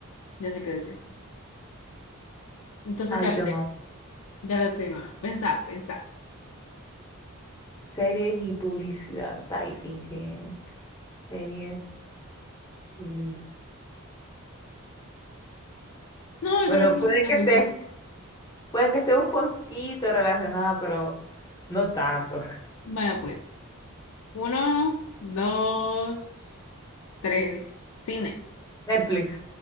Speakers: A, on the left (about 75°); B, on the left (about 20°).
A: Ya sé qué decir. Entonces
B: Ay,
A: ya
B: yo
A: la tengo,
B: no.
A: ya la tengo. Pensá, pensá.
B: Series y publicidad. Está difícil. Series, publicidad.
A: No, yo
B: Bueno,
A: creo que no
B: puede
A: está tan
B: que esté,
A: difícil.
B: puede que esté un poquito relacionada, pero no tanto.
A: Vaya pues. Uno, dos, tres. Cine.
B: Netflix.